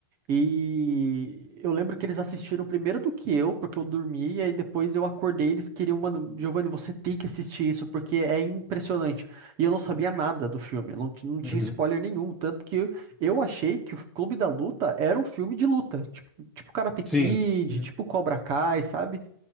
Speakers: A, on the right (about 30°); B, in the centre.
A: E eu lembro que eles assistiram primeiro do que eu, porque eu dormi, e aí depois eu acordei, e eles queriam, mano, Giovanni, você tem que assistir isso, porque é impressionante. E eu não sabia nada do filme, não, ti- não tinha
B: uhum,
A: spoiler nenhum, tanto que eu achei que o Clube da Luta era um filme de luta, tipo, tipo Karate Kid,
B: sim, uhum,
A: tipo Cobra Kai, sabe?